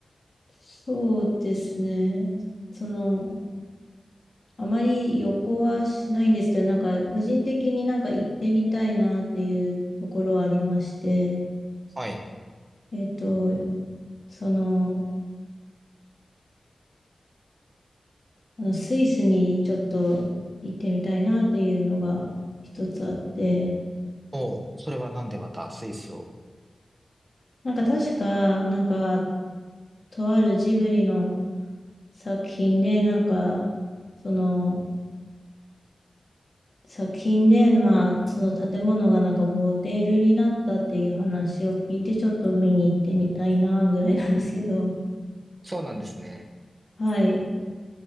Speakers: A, on the left; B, on the right.
A: そうですね。その、あまり旅行はしないんですけど、なんか個人的になんか行ってみたいなっていうところはありまして、
B: はい。
A: えっと、その、あのスイスにちょっと行ってみたいなっていうのが一つあって、
B: おう、それはなんでまたスイスを。
A: なんか確か、なんか、とあるジブリの作品で、なんか、その、作品で、まあ、その建物がなんかモデルになったっていう話を聞いて、ちょっと見に行ってみたいなぐらいなんですけど、
B: そうなんですね。
A: <laughs> はい。